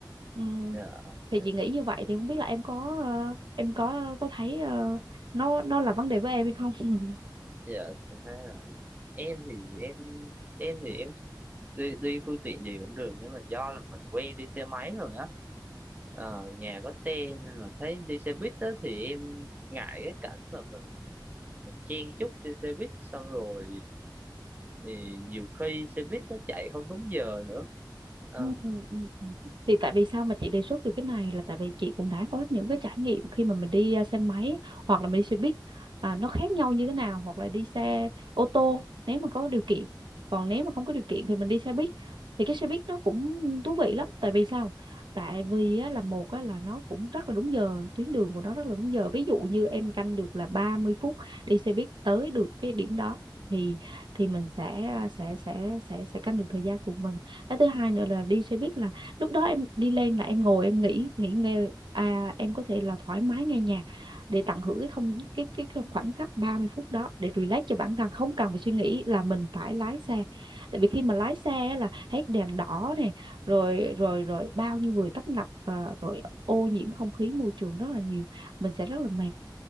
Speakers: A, on the right (about 75°); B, on the right (about 20°).
A: ừ.
B: dạ ok
A: thì chị nghĩ như vậy thì không biết là em có ờ, em có có thấy ờ, nó nó là vấn đề với em hay không <laughs>
B: dạ thực ra là em thì em em thì em đi đi phương tiện gì cũng được nhưng mà do là mình quen đi xe máy rồi á ờ, nhà có xe nên là thấy đi xe buýt đó thì em ngại cái cảnh mà mình chen chúc trên xe buýt xong rồi thì nhiều khi xe buýt nó chạy không đúng giờ nữa à,
A: Ừ, ừ, ừ. Thì tại vì sao mà chị đề xuất được cái này là tại vì chị cũng đã có những cái trải nghiệm khi mà mình đi à, xe máy hoặc là mình đi xe buýt à, nó khác nhau như thế nào hoặc là đi xe ô tô nếu mà có điều kiện còn nếu mà không có điều kiện thì mình đi xe buýt thì cái xe buýt nó cũng thú vị lắm tại vì sao tại vì á, là một á, là nó cũng rất là đúng giờ tuyến đường của nó rất là đúng giờ ví dụ như em canh được là 30 phút đi xe buýt tới được cái điểm đó thì thì mình sẽ à, sẽ sẽ sẽ sẽ canh được thời gian của mình cái thứ hai nữa là đi xe buýt là lúc đó em đi lên là em ngồi em nghỉ nghỉ ngơi à, em có thể là thoải mái nghe nhạc để tận hưởng cái không cái cái, cái khoảnh khắc 30 phút đó để relax cho bản thân không cần phải suy nghĩ là mình phải lái xe tại vì khi mà lái xe á là hết đèn đỏ này rồi rồi rồi bao nhiêu người tấp nập và rồi ô nhiễm không khí môi trường rất là nhiều mình sẽ rất là mệt